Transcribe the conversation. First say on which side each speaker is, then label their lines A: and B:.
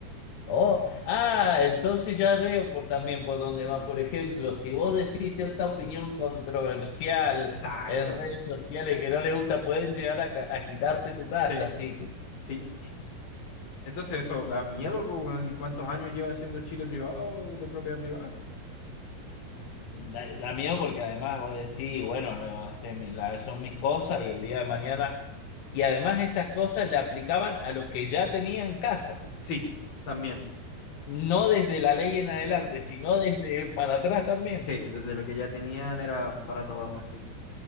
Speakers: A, on the left (about 80°); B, on the left (about 70°).
A: Oh, ah, entonces ya veo por también por dónde va. Por ejemplo, si vos decís cierta opinión controversial
B: Exacto.
A: en redes sociales que no le gusta, pueden llegar a, ca- a quitarte tu casa,
B: Sí,
A: sí.
B: sí. Entonces eso da miedo, pues, weón. ¿Y cuántos años lleva siendo Chile privado de propiedad privada?
A: La, la mía, porque además vos decís, bueno, no, hace mi- la- son mis cosas y el día de mañana. Y además esas cosas le aplicaban a los que ya tenían casa,
B: Sí, también.
A: no desde la ley en adelante, sino desde para atrás también.
B: Sí, desde lo que ya tenían era para todos así.